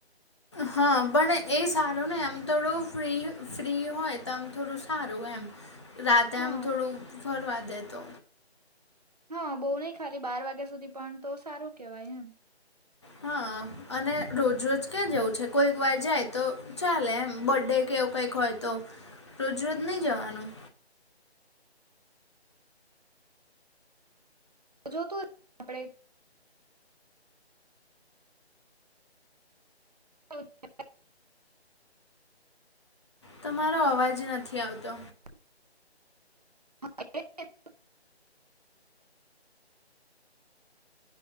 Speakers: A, on the left; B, on the right.
A: હા પણ એ સારું નહિ આમ થોડું ફ્રી ફ્રી હોય તો આમ થોડું સારું એમ. રાતે
B: હા
A: આમ થોડું ફરવા દે તો.
B: હા બહુ નહી ખાલી બાર વાગ્યા સુધી પણ તો સારું કેવાય એમ.
A: હા અને રોજ રોજ ક્યાં જેવું છે કોઈક વાર જાય તો ચાલે એમ બડે કે એવું કંઈક હોય તો રોજરોજ નહીં જવાનું.
B: જો તો આપડે <unintelligible>
A: તમારો અવાજ નથી આવતો.
B: હા <unintelligible>